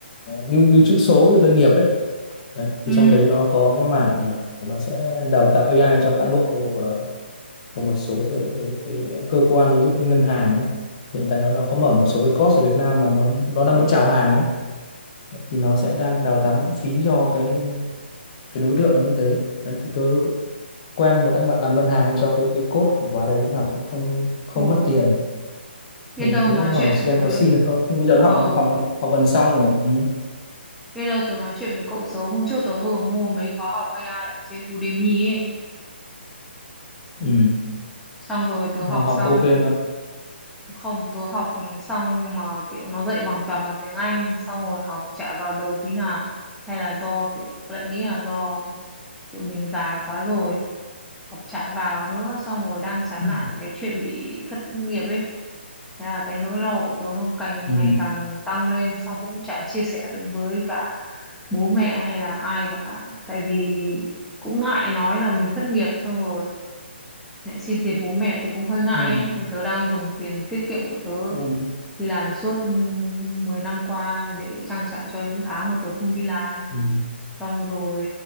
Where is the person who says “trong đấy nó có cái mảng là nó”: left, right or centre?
Left